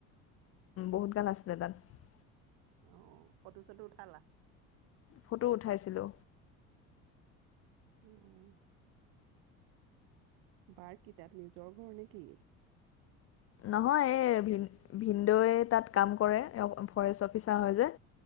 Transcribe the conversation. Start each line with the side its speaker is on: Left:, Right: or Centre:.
Left: বহুত গাল আছিলে তাত
Right: অ ফটো চটো উঠালা
Left: ফটো উঠাইছিলো
Right: অ বাৰ কি তাত নিজৰ ঘৰ নে কি?
Left: নহয় এই ভিন ভিনদৌয়ে তাত কাম কৰে অ ফৰেষ্ট অফিচাৰ হয় যে